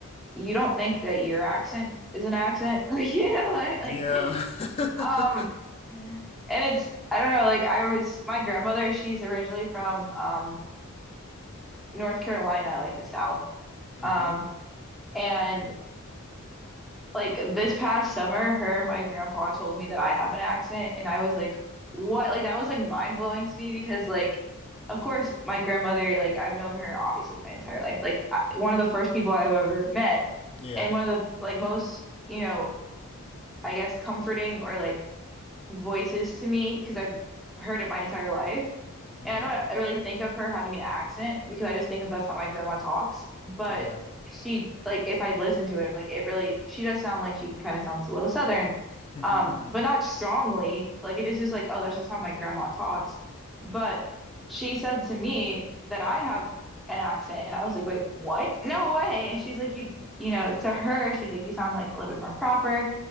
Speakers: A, in the centre; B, on the left.
A: you don't think that your accent is an accent. <laughs> Like, you know, like,
B: Yeah.
A: like,
B: <laughs>
A: um, Yeah. and it's, I don't know, like I was, my grandmother, she's originally from, um, North Carolina, like the South.
B: Mm-hmm.
A: Um, and like this past summer, her and my grandpa told me that I have an accent. And I was like, what? Like, that was like mind blowing to me because, like, of course, my grandmother, like, I've known her obviously my entire life. Like, I, one of the first people I've ever met
B: Yeah.
A: and one of the like most, you know, I guess comforting or like voices to me because I've heard it my entire life.
B: mm-hmm.
A: And I don't really think of her having an accent because I just think of that's how my grandma talks. But
B: Yeah.
A: she like if I listen to it, I'm like it really she does sound like she kind of sounds a little Southern,
B: <laughs>
A: um, but not strongly. Like it just is like, oh, that's just how my grandma talks. But she said to me that I have an accent, and I was like, wait, what? No way. And she's like, you you know, to her, she's like, you sound like a little bit more proper.